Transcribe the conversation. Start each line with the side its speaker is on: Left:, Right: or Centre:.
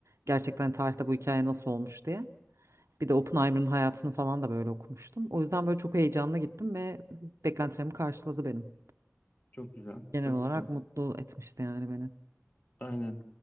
Right: gerçekten tarihte bu hikaye nasıl olmuş diye. Bir de Oppenheimer'ın hayatını falan da böyle okumuştum. O yüzden böyle çok heyecanla gittim ve beklentilerimi karşıladı benim.
Left: Çok güzel.
Right: Genel
Left: Çok
Right: olarak
Left: güzel.
Right: mutlu etmişti yani beni.
Left: Aynen.